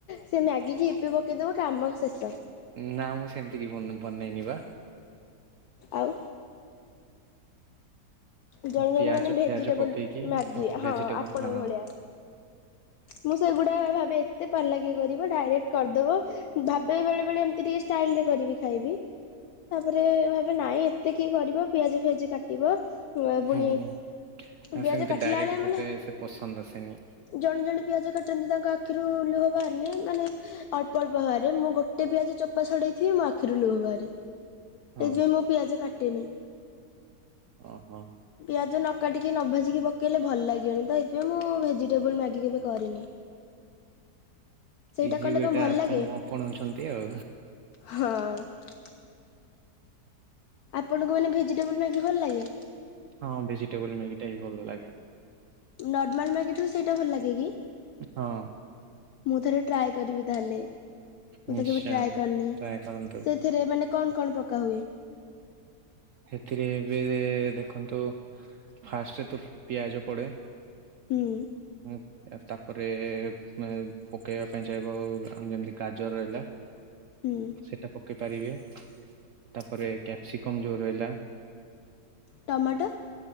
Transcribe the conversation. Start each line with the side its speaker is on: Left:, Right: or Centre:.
Left: ସେ ମ୍ୟାଗି କି ଇପୀ ପ ପକେଇଦବ କାମ ଶେଷ।
Right: ନା ମୁଁ ସେମିତି କି ବନେ ବନେଇନି ବା।
Left: ଆଉ। ଜଣେ ଜଣେ
Right: ପିଆଜ
Left: ମାନେ ଭେଜିଟେବୁଲ
Right: ଫିଆଜ ପକେଇକି
Left: ମ୍ୟାଗି
Right: ଭେଜିଟେବଲ
Left: ହଁ ଆପଣଙ୍କ
Right: ହଁ
Left: ଭଳିଆ। ମୁଁ ସେଗୁଡା। ଭାବେ ଏତେ ପାଲା କିଏ କରିବ ଡାଇରେକ୍ଟ କରିଦବ ଭାବେ ବେଳେବେଳେ ଏମିତି ଟିକେ। ଷ୍ଟାଇଲରେ କରିବି ଖାଇବି ତାପରେ ଭାବେ ନାଇଁ। ଏତେ କିଏ କରିବ ପିଆଜ ଫିଆଜ କାଟିବ। ପୁଣି
Right: ହୁଁ ଆଉ
Left: ପିଆଜ
Right: ସେମିତି
Left: କାଟିଲା
Right: ଡାଇରେକ୍ଟ
Left: ବେଳେ ମାନେ।
Right: ମତେ ସେ ପସନ୍ଦ ଆସେନି।
Left: ଜଣେ ଜଣେ ପିଆଜ କାଟନ୍ତି ତାଙ୍କ ଆଖିରୁ ଲୁହ ବାହାରେନି ମାନେ ଅ ଅଳ୍ପ ଅଳ୍ପ ବାହାରେ ମୁଁ ଗୋଟେ ପିଆଜ ଚୋପା ଛଡେଇଥିବି ମୋ ଆଖିରୁ ଲୁହ ବାହାରେ। ସେଇଥିପାଇଁ
Right: ହଁ
Left: ମୁଁ ପିଆଜ କାଟେନି।
Right: ଓ ହୋ।
Left: ପିଆଜ ନ କାଟିକି ନ ଭାଜିକି ପକେଇଲେ ଭଲ ଲାଗିବନି ତ ହେଇଥିପାଇଁ ମୁଁ ଭେଜିଟେବୁଲ ମାଗି କେବେ କରିନି। ସେଇଟା
Right: ଇଜି
Left: କଲେ
Right: ୱେ
Left: କଣ
Right: ଟା
Left: ଭଲ
Right: ଆପଣ
Left: ଲାଗେ
Right: ଆପଣଉଛନ୍ତି ଆଉ
Left: ହଁ। ଆପଣ ଙ୍କୁ ମାନେ ଭେଜିଟେବୁଲ ମ୍ୟାଗି ଭଲ ଲାଗେ।
Right: ହଁ ଭେଜିଟେବୁଲ ମ୍ୟାଗୀ ଟା ହିଁ ଭଲ ଲାଗେ।
Left: ନର୍ମାଲ ମ୍ୟାଗି ଠୁ ସେଇଟା ଭଲ ଲାଗେ କି।
Right: ହଁ।
Left: ମୁଁ ଥରେ ଟ୍ରାଏ କରିବି ତାହେଲେ ମୁଁ
Right: ନିଶ୍ଚୟ
Left: ତ କେବେ ଟ୍ରାଏ କରିନି
Right: ଟ୍ରାଏ କରନ୍ତୁ
Left: ସେଥିରେ ମାନେ କଣ କଣ ପକା ହୁଏ।
Right: ସେଥିରେ ଏବେ ଦେଖନ୍ତୁ ଫାର୍ଷ୍ଟରେ ତ ପିଆଜ ପଡେ।
Left: ହୁଁ
Right: ହୁଁ। ତାପରେ ମେ ପକେଇବା ପାଇଁ ଚାହିଁବ ଯେମିତି ଗାଜର ହେଲା।
Left: ହୁଁ
Right: ସେଟା ପକେଇ ପାରିବେ ତାପରେ କ୍ୟାପସିକମ ଯୋଉ ରହିଲା।
Left: ଟମାଟୋ